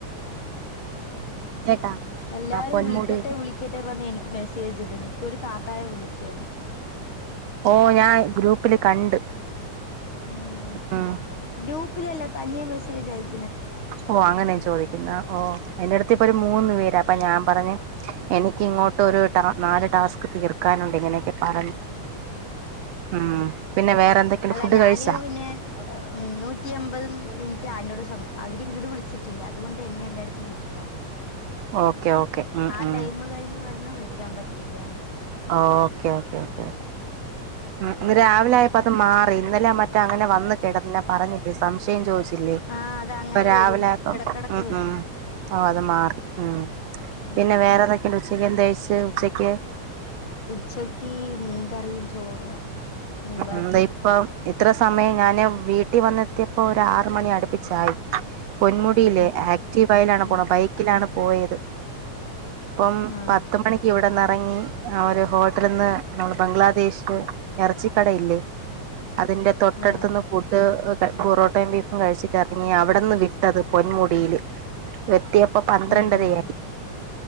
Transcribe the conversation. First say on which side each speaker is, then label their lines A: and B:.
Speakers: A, on the right; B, on the left.
A: കേട്ടാ
B: എല്ലാരും
A: ആഹ് പൊന്മുടി
B: വിളിക്കട്ടെ വിളിക്കട്ടെ പറഞ്ഞ എനിക്ക് മെസ്സേജ് ഇടും. ഇപ്പൊ ഒരു താത്തായെ വിളിച്ചേ.
A: ഓ ഞാൻ ഗ്രൂപ്പില് കണ്ട്
B: ഉം
A: ഉം
B: ഗ്രൂപ്പിലല്ല തനിയെ മേസജായിക്ക
A: ഓ അങ്ങനെയന്ന് ചോദിക്കുന്നെ ഓ അന്റെടുത്ത് പ്പ ഒരു മൂന്ന് പേര് അപ്പൊ ഞാൻ പറഞ്ഞ് എനിക്ക് ഇങ്ങോട്ടൊരു മം നാല് ടാസ്ക് തീർക്കാനുണ്ട് ഇങ്ങനെയൊക്കെ പറഞ്ഞു. ഉം പിന്നെ വേറെ എന്തൊക്കെയുണ്ട്
B: അല്ല
A: ഫുഡ്
B: ഞാന്
A: കഴിച്ചാ
B: പിന്നെ ഉ നൂറ്റി അമ്പത് ഇഞോട് അവരി ഇങ്ങീട് വിളിച്ചിട്ടില്ല അതുകൊണ്ട് എന്നെ എല്ലാർക്കും വിളിക്കാ.
A: ഓക്കെ ഓക്കെ ഉം
B: ആ
A: ഉം
B: ടൈമ് കഴിഞ്ഞ് പറഞ്ഞാ വിളിക്കാൻ പറ്റില്ല.
A: ഓക്കെ ഓക്കേ ഓക്കെ
B: ഉം
A: ഇന്ന് രാവിലെ ആയപ്പോ അത് മാറി ഇന്നലെ മ റ്റ അങ്ങനെ വന്ന് ടന്നെ പറഞ്ഞട്ടേ സംശയം ചോദിച്ചില്ലേ
B: ആഹ് അത് അങ്ങനെ
A: അപ്പൊ രാവിലെ
B: വരും
A: അപ്പം
B: എടക്കെടക്ക്
A: ഉം
B: വരും
A: ഉ ഓ അത് മാറി ഉം
B: ഉം
A: പിന്നെ വേറെ എന്തൊക്കെയണ്ട് ഉച്ചക്ക് എന്തേകഴിച്ച് ഉച്ചക്ക്
B: ഉച്ചക്ക് മീൻകറിയും ചോറും മീൻ വറുത്തതും
A: എന്താ ഇപ്പ ഇത്ര സമയം ഞാന് വീട്ടി വന്നെത്തിയപ്പോ ഒരു ആറ് മണി അടുപ്പിച്ചായി പൊന്മുടിയിലെ
B: ഉം
A: ആക്റ്റീവയിലാണ് പോണ
B: ഉം
A: ബൈക്കിലാണ് പോയത് അപ്പം
B: ആഹ്
A: പത്ത് മണിക്ക് ഇവിടെന്ന് ഇറങ്ങി ആ ഒരു ഹോട്ടലിന്ന് നമ്മള് ബംഗ്ലാദേശ് ഇറച്ചി കടയില്ലേ അതിന്റെ തൊട്ടടുത്ത്ന്ന്
B: ആഹ്
A: ഫുഡ് പൊറോട്ടയും ബീഫും കഴിച്ചിട്ടിറങ്ങി അവിടെന്ന് വിട്ടത് പൊന്മുടിയില് എത്തിയപ്പോ പന്ത്രണ്ടരയായി
B: ഉം ഉം